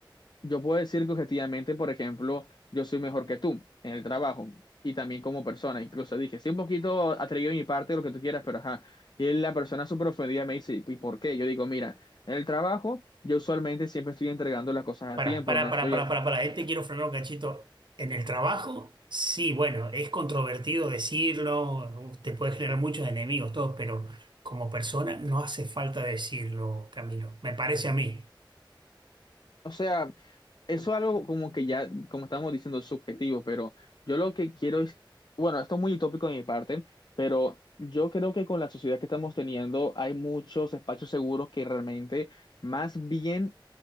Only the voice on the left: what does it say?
yo puedo decir que objetivamente, por ejemplo, yo soy mejor que tú en el trabajo y también como persona. Incluso dije, sí, un poquito atrevido de mi parte, lo que tú quieras, pero ajá. Y la persona súper ofendida me dice, ¿y por qué? Yo digo, mira, en el trabajo yo usualmente siempre estoy entregando las cosas
a tiempo,
no
estoy,
o sea, Eso es algo como que ya, como estamos diciendo, subjetivo, pero yo lo que quiero es, bueno, esto es muy utópico de mi parte, pero yo creo que con la sociedad que estamos teniendo hay muchos espacios seguros que realmente más bien